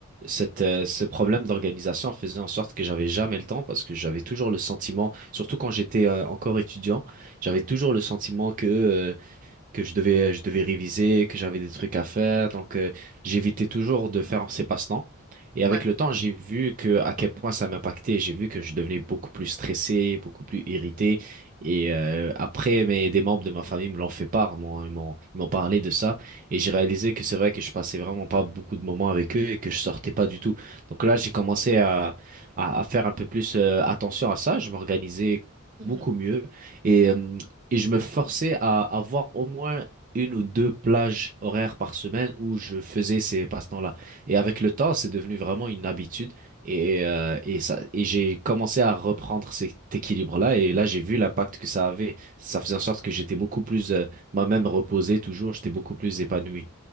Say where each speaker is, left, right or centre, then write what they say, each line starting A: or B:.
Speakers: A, on the right (about 40°); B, on the right (about 70°).
A: cette euh, ce problème d'organisation faisait en sorte que j'avais jamais le temps parce que j'avais toujours le sentiment, surtout quand j'étais euh, encore étudiant, j'avais toujours le sentiment que euh, que je devais, je devais réviser, que j'avais des trucs à faire. Donc, euh, j'évitais toujours de faire ces passe-temps. Et
B: Ouais.
A: avec le temps, j'ai vu que à quel point ça m'impactait. J'ai vu que je devenais beaucoup plus stressé, beaucoup plus irrité.
B: Mhm.
A: Et euh, après, mais des membres de ma famille me l'ont fait part, m'ont, ils m'ont, ils m'ont parlé de ça. Et j'ai réalisé que c'est vrai que je passais vraiment pas beaucoup de moments avec eux et que je sortais pas du tout. Donc là, j'ai commencé à, à, à faire un peu plus euh, attention à ça. Je m'organisais
B: Mhm.
A: beaucoup mieux. Et euh, et je me forçais à avoir au moins une ou deux plages horaires par semaine où je faisais ces passe-temps-là. Et avec le temps, c'est devenu vraiment une habitude. Et, euh, et ça, et j'ai commencé à reprendre cet équilibre-là. Et là, j'ai vu l'impact que ça avait. Ça faisait en sorte que j'étais beaucoup plus, euh, moi-même reposé toujours. J'étais beaucoup plus épanoui.